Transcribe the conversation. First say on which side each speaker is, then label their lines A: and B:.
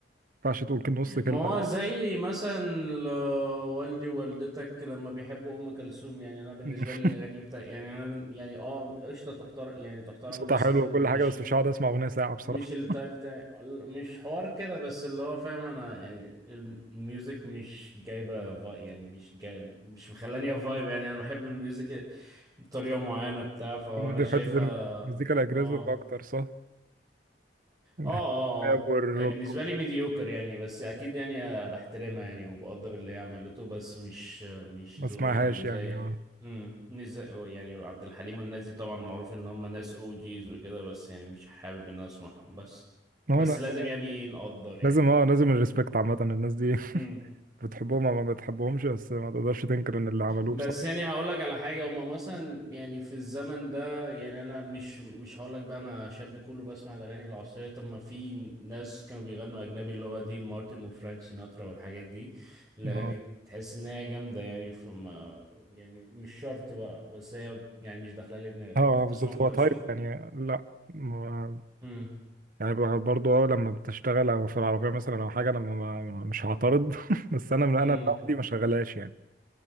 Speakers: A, on the right; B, on the right.
A: ينفعش تقول كلمه نص كلمه
B: ما هو
A: على بعض.
B: زي مثلا ل- والدي ووالدتك لما بيحبوا ام كلثوم يعني انا بالنسبه
A: <laughs>
B: لي الاغاني بتاع يعني انا بن... يعني اه قشطه تحترم يعني تحترم
A: صوتها
B: بس
A: حلو
B: انا بالنسبة...
A: وكل حاجه
B: مش
A: بس مش هقعد اسمع اغنيه ساعه بصراحه
B: مش التايب بتاعي ال- مش حوار كده بس اللي هو فاهم انا يعني الم- الميوزك مش جايبه فايب يعني مش جاي مش مخلاني فايب يعني انا بحب الميوزك بطريقه معينه بتاع فانا
A: دي
B: شايفها
A: في حته <laughs> المزيكا الاجريسيف
B: اه
A: اكتر صح بحب
B: اه اه
A: الراب
B: اه
A: والروك
B: هي بالنسبة لي ميديوكر يعني بس أكيد يعني بحترمها يعني وبقدر اللي هي عملته بس مش مش
A: ما
B: ذوق
A: اسمعهاش
B: يعني زي
A: يعني اه
B: امم مش زي يعني عبد الحليم والناس دي طبعا معروف إن هم ناس أو جيز وكده بس يعني مش حابب إن أنا أسمعهم بس
A: ما
B: بس
A: هو أنا-
B: لازم
A: ما هو
B: يعني نقدر
A: لازم اه لازم الريسبكت عامة الناس دي
B: يعني
A: <laughs> بتحبهم او ما بتحبهمش بس ما تقدرش تنكر ان اللي عملوه
B: بس
A: بصراحة
B: يعني هقول لك على حاجة هما مثلا يعني في الزمن ده يعني أنا مش مش هقول لك بقى أنا شاب كله بسمع الأغاني العصرية طب ما في ناس كانوا بيغنوا أجنبي اللي هو دين مارتن وفرانك سيناترا والحاجات دي الأغاني
A: اه
B: تحس إن هي جامدة يعني فما يعني مش شرط بقى بس هي يعني مش داخلة لي دماغي
A: اه
B: أنت بتسمع
A: آه، بالظبط
B: أم
A: هو
B: كلثوم؟
A: تايب يعني لا ما-
B: امم
A: يعني ب- برضه اه لما بتشتغل او في العربية مثلا او حاجة انا ما ما- مش هعترض <laughs> بس انا من
B: امم
A: انا لوحدي ما شغلاش يعني